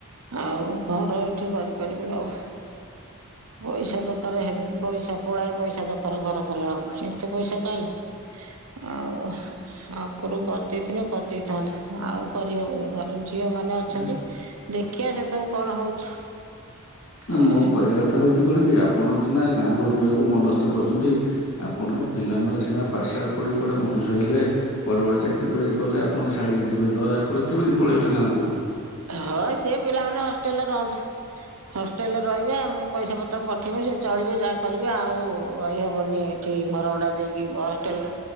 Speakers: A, on the right; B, on the left.
A: ଆଉ ଘର ଏଠି କରିପାରିବୁ ଲୋ। ପଇସା ତାର ହେଭି ପଇସା, ପୁଳାଏ ପଇସା ଦ ର ଘର କଲାଳକୁ ଏତେ ପଇସା କାହିଁ। ଆଉ ଆଗରୁୁ କରିଦେଇଥିବେ କରିଦେଇଥାନ୍ତୁ ଆଉ କରିହବନି ଘରେ। ଝିଅ ମାନେ ଅଛନ୍ତି
B: ନାଇଁ
A: ଦେଖିବା ସେତବେଳକୁ କଣ ହଉଛି। ଆଁ,
B: ମୋ କହିବା କଥା ହଉଛି କଣ କି ଆପଣ ସିନା ଗାଁକୁ ଯିବାକୁ ମନସ୍ କରୁଛନ୍ତି। ଆପଣଙ୍କ ପିଲାମାନେ ସିନା ପାଠଶାଠ ପଢି କୁଆଡେ ମଣିଷ ହେଲେ। କୁଆଡେ ଗୋଟେ ଚାକିରି ବାକିରି କଲେ ଆପଣ ଛାଡିକି ଯିବେ ନହଲେ ଆପଣ କେମିତି ପଳେଇବେ ଗାଁକୁ।
A: ହଁ ସେ ପିଲାମାନେ ହଷ୍ଟେଲରେ ରହନ୍ତୁ। ହଷ୍ଟେଲ୍ ରେ ରହିବେ ଆ, ମୁଁ ପଇସା ପତ୍ର ପଠେଇମି ସେ ଚଳିବେ ଯାହା କରିବେ ଆଉ ରହି ହବନି ଠି ଘର ଭଡା ଦେଇକି ହଷ୍ଟେଲ୍ ରେ